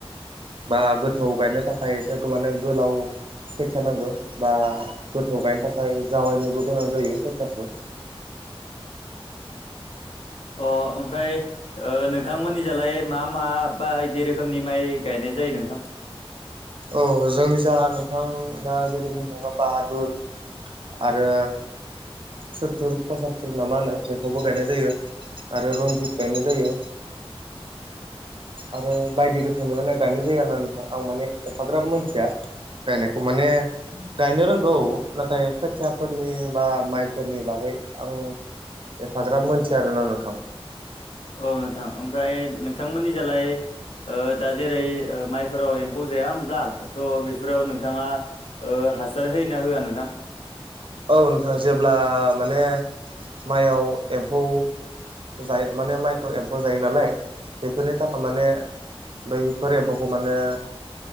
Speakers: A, on the right; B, on the left.
A: बा गोथौ गायनो थाखाय एसे माने गोलाव खैथिया नांगौ। बा गोथौ गायनो थाखाय जावायनोबो गोनां जायो खैथियाखौ।
B: अ ओमफ्राय नोंथांमोननिजालाय मा मा बा बिदि रोखोमनि माइ गायनाय जायो नोंथां?
A: औ जोंनि जा नोंथां दा जेरै बुंनो बा बाहादुर आरो सुत्थुर पसातथुर ना मा होनो बेखौबो गायनाय जायो आरो रनजित गायनाय जायो। आरो बायदि रोखोमनि माने गायनाय जायो आरो नोंथां आं माने एफाग्राब मानथिया। बायनायखौ माने गायनो रोंगौ नाथाय खोथियाफोरनि बा माइफोरनि बागै आं एफाग्राब मोनथिया आरोना नोंथां।
B: औ नोंथां। ओमफ्राय नोंथांमोननि जालाय दा जेरै माइफोराव एम्फौ जाया होनोमब्ला थ' बेफोराव नोंथाङा ओ हासार होया होआ नोंथां?
A: औ नोंथां। जेब्ला माने माइयाव एम्फौ जायो माने माइखौ एम्फौया जायो नालाय बेफोरनि थाखाय माने बै फोर एम्फौखौ माने